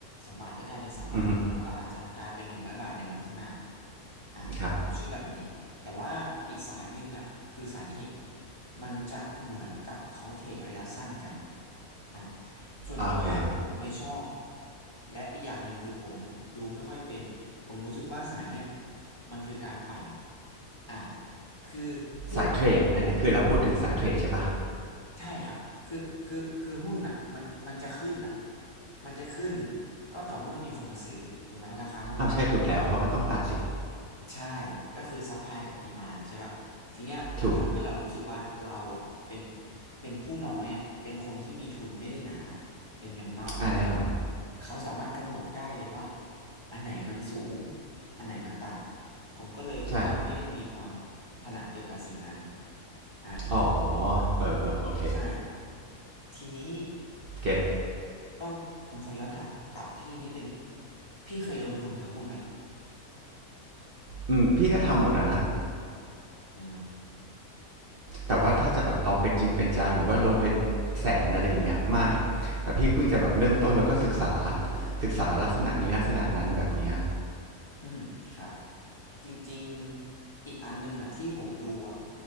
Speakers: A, on the left; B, on the right.
A: สองบาทก็กลายเป็นสามบาทแล้วก็อาจจะกลายเป็นหนึ่งร้อยบาทในวันข้างหน้า
B: อือฮึ
A: อ่ะผมเชื่อแบบนี้
B: ครับ
A: แต่ว่าอีกสายหนึ่งอ่ะคือสายเทคมันจะเหมือนกับเขาเทรดระยะสั้นกันอ่ะส่วนตัวคผมไม่ชอบ
B: อ่าโอเค
A: และอีกอย่างหนึ่งคือผมดูไม่ค่อยเป็นผมรู้สึกว่าสายเนี่ยมันคือการปั่นอ่ะคือหุ้นอ่ะ
B: สายเทรดอันเนี้ยคือเราพูดถึงสายเทรดใช่ปะ
A: ใช่ครับคือคือคือหุ้นอ่ะมันมันจะขึ้นอ่ะมันจะขึ้นก็ต่อเมื่อมีคนมาซื้อถูกไหมราคาหุ้นอ่ะ
B: อ้าวใช่ถูกแล้วเขาก็ต้องปั่นสิ
A: ใช่ก็คือซัพพลายกับดีมานใช่ป่ะทีเนี้ยมันทำให้เรารู้สึกว่าเราอ่ะเป็น
B: ถูก
A: เป็นผู้น้อยอ่ะเป็นคนที่มีทุนไม่ได้หนาเป็นแมงเม่าอ่ะ
B: อ่าแน่นอน
A: เขาสามารถกำหนดได้เลยว่าอันไหนมันสูงอันไหนมันต่ำผมก็เลยคิดว่าไม่ได้มีความ
B: ใช่
A: ถนัดเกี่ยวกับสิ่งนั้นอ่ะ
B: อ๋อเออเออโอเค
A: ใช่ทีนี้
B: เก็ต
A: ต้องผมขอย้อนถับกลับที่นิดนึงพี่เคยลงทุนกับหุ้นไหม
B: อืมพี่ก็ทำหมดอะนะ
A: อ่า
B: แต่ว่าถ้าจะแบบเอาเป็นจริงเป็นจังหรือว่าลงเป็นแสนอะไรอย่างเงี้ยไม่แต่พี่เพิ่งจะแบบเริ่มต้นแล้วก็ศึกษาศึกษาลักษณะนี้ลักษณะนั้นแบบเนี้ย
A: อืมครับจริงๆอีกอันหนึงอ่ะที่ผมดูอ่ะ